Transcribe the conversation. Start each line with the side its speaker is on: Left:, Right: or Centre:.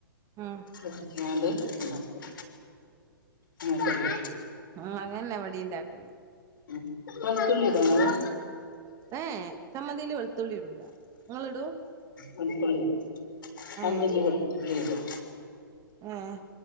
Right: ഉം
Left: ഇട്ട്കാണ്ട് ഇണ്ടാക്കും അങ്ങൻതന്നെ.
Right: ആഹ് അങ്ങനെന്നെ ഇബടിം ഇണ്ടാക്കൽ.
Left: ഉം വെള്ത്തുള്ളി ഇടോ ഇങ്ങള്?
Right: ഏയേ ചമ്മന്തീല് വെള്ത്തുള്ളി ഇടൂല. ഇങ്ങള് ഇടും?
Left: വെള്തുള്ളിയിടും രണ്ട്
Right: ഏഹ്
Left: ഇല്ലി വെള്തുള്ളിയിടും.
Right: ഏഹ്